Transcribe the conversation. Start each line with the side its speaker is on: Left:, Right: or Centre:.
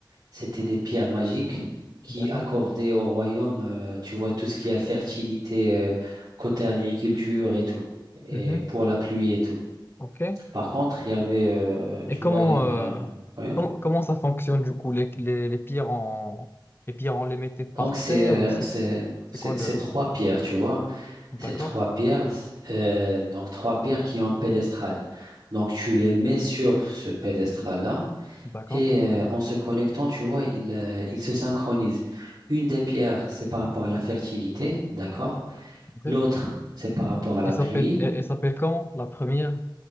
Right: c'était des pierres magiques qui
Left: D'accord.
Right: accordaient au royaume, euh, tu vois, tout ce qui a fertilité, euh, côté agriculture et tout, et
Left: Mhm.
Right: pour la pluie et tout.
Left: Ok.
Right: Par contre, il y avait, euh,
Left: Et
Right: tu
Left: comment,
Right: vois, il y avait
Left: euh,
Right: un, ouais.
Left: comment, comment ça fonctionne du coup? Les, les, les pierres, on, les pierres, on les mettait par
Right: Donc c'est,
Left: terre
Right: euh,
Left: ou c'est
Right: c'est,
Left: c'est
Right: c'est
Left: quoi le...
Right: c'est trois pierres, tu vois.
Left: D'accord,
Right: C'est trois pierres, euh, donc trois pierres qui ont un pédestral. Donc tu les mets sur ce pédestral-là
Left: d'accord,
Right: et euh, en se connectant, tu vois, ils, euh, ils se synchronisent. Une des pierres, c'est par rapport à la fertilité, d'accord?
Left: ok.
Right: L'autre, c'est par rapport à la
Left: Elle
Right: pluie.
Left: s'appelle elle, elle s'appelle comment? La première?